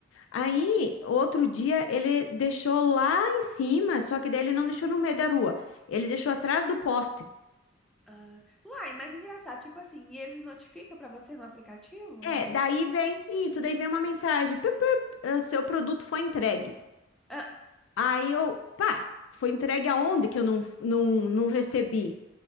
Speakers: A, on the left; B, in the centre.
A: Aí, outro dia, ele deixou lá em cima, só que daí ele não deixou no meio da rua, ele deixou atrás do poste.
B: ah. Uai, mas engraçado, tipo assim, e eles notificam pra você no aplicativo onde
A: É,
B: deixou?
A: daí vem isso, daí vem uma mensagem, "Pup, pup, eh, seu produto foi entregue.
B: Ah,
A: Aí eu, pá, foi entregue aonde que eu não, não, não recebi?